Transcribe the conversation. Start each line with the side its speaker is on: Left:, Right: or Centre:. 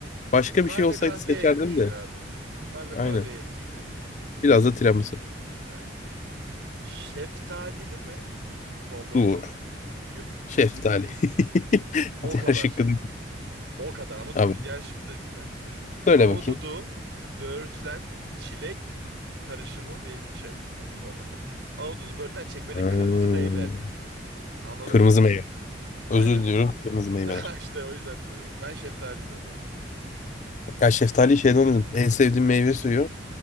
Left: Başka
Right: Kahve
Left: bir şey olsaydı
Right: kahveye
Left: seçerdim
Right: yakışıyor
Left: de.
Right: abi. Kahve kahveye
Left: Aynen.
Right: yakışıyor.
Left: Biraz da tiramisu.
Right: Evet. Şeftalili mi dondurma?
Left: Dur.
Right: Yo-
Left: Şeftali. <laughs>
Right: o
Left: Diğer
Right: kadar.
Left: şıkkı da.
Right: O kadar ama
Left: Abi
Right: dur bir diğer şıkkı da dinle.
Left: söyle
Right: Ahududu,
Left: bakayım.
Right: böğürtlen, çilek karışımı bir şey dondurma. Ahududu, böğürtlen, çilek böyle
Left: Hmm.
Right: kırmızı meyve. Anladın
Left: Kırmızı
Right: mı?
Left: meyve.
Right: Aynen.
Left: Özür diliyorum. Kırmızı meyveler.
Right: <laughs> İşte o yüzden dedim. Ben şeftali diyorum ama.
Left: Ya şeftali şeyden dedim. En sevdiğim meyve suyu.